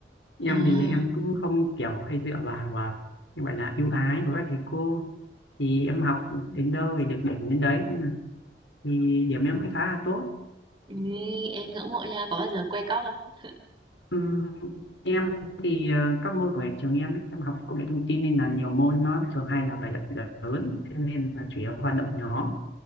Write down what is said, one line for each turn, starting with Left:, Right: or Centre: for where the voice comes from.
Left: em
Right: À,
Left: thì em cũng không kiểu hay dựa vào à, như gọi là ưu ái của các thầy cô thì em học đến đâu thì được điểm đến đấy thế là thì điểm em cũng khá là tốt
Right: ý, em ngưỡng mộ nha, có bao giờ quay cóp không?
Left: Ừm, em thì ờ, các môn của trường em ấy, em học công nghệ thông tin nên là nhiều môn nó thường hay là bài tập lớn thế nên là chủ yếu hoạt động nhóm